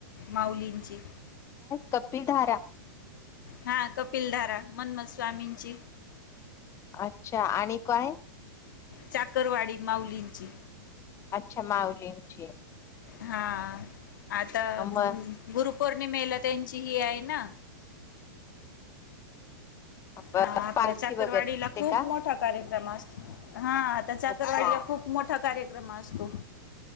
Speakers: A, on the left (about 70°); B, on the left (about 25°).
A: माऊलींची
B: कपिल धारा
A: हा कपिलधारा मन्म स्वामींची
B: अच्छा आणि काय
A: चाकरवाडी माउलींची
B: अच्छा मावलींगची
A: हा आता
B: म
A: गुरु पौर्णिमेला त्यांची हि आहे ना
B: पालखी
A: हा आपलं चाकरवाडीला
B: वगैरे असते
A: खूप
B: का?
A: मोठा कार्यक्रम असतो हा आता चाकरवाडीला
B: अच्छा
A: खूप मोठा कार्यक्रम असतो